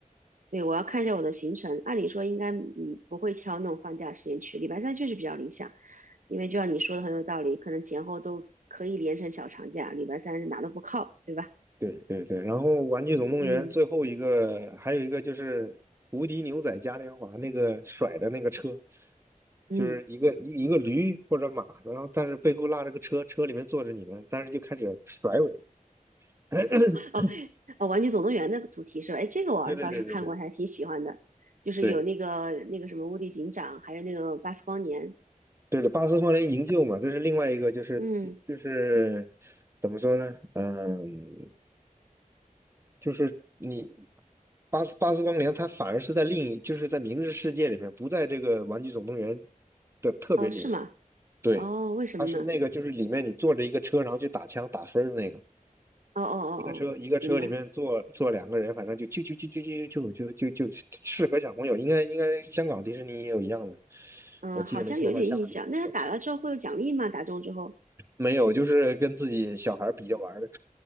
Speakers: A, on the right; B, on the right.
A: 对，我要看一下我的行程。按理说应该嗯不会挑那种放假时间去，礼拜三确实比较理想，因为就像你说的很有道理，可能前后都可以连成小长假，礼拜三是哪都不靠，对吧？
B: 对对对，然后《玩具总动员》最后一个还有一个就是无敌牛仔嘉年华那个甩的那个车，
A: 嗯嗯。
B: 就是一个一一个驴或者马，然后但是背后拉着个车，车里面坐着你们，但是就开始甩尾。<coughs>
A: 哦，呃，《玩具总动员》的主题是吧？哎，这个我儿子倒是看过，
B: 对对对对对
A: 还挺喜欢的，就是有那个那个什么无敌警长，
B: 对
A: 还有那个巴斯光年。
B: 对了，巴斯光年营救嘛，这是另外一个，就是就是
A: 嗯，
B: 怎么说呢？嗯，就是你巴斯巴斯光年，它反而是在另一，就是在明日世界里面，不在这个《玩具总动员》的特别里面。
A: 哦，是吗？
B: 对，
A: 哦，为什么呢？
B: 它是那个，就是里面你坐着一个车，然后去打枪打分儿的那个，
A: 哦哦哦哦，
B: 一个车一个车里面坐坐两个人，
A: 明白。
B: 反正就就就就就就就就就就适合小朋友。应该应该香港迪士尼也有一样的，
A: 嗯，
B: 我记得没错，
A: 好像有点印象。
B: 和香港迪士尼
A: 那他打了之后会有奖励吗？打中之后？
B: 没有，就是跟自己小孩儿比着玩儿的，